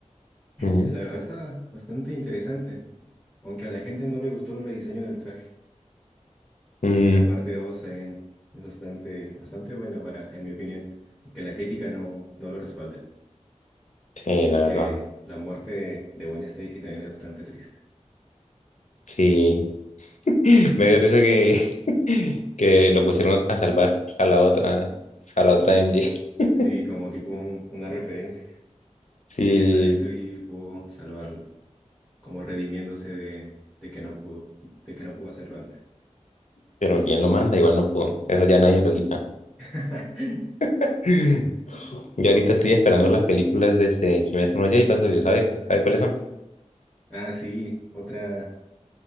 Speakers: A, on the left (about 70°); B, in the centre.
A: Ujú.
B: Pues la verdad está bastante interesante, aunque a la gente no le gustó el rediseño del traje.
A: Mm,
B: Y la parte 2 también es bastante, bastante buena para, en mi opinión, aunque la crítica no, no lo respalde,
A: sí, la
B: porque
A: verdad.
B: la muerte de, de Gwen Stacy también es bastante triste.
A: Sí. <laughs> Me dio risa que, <laughs> que lo pusieron a salvar a la otra, a la otra MJ. <laughs>
B: Sí, como tipo un- una referencia,
A: Sí,
B: y que esta vez sí pudo salvarlo, como redimiéndose de, de que no pudo, de que no pudo hacerlo antes.
A: pero ¿quién lo manda? Igual no pudo. Eso ya nadie lo quita.
B: <laughs>
A: <laughs> Yo ahorita estoy esperando las películas de este Kimetsu no Yaiba, socio. ¿Sabe, sabe cuáles son?
B: Ah, sí, otra,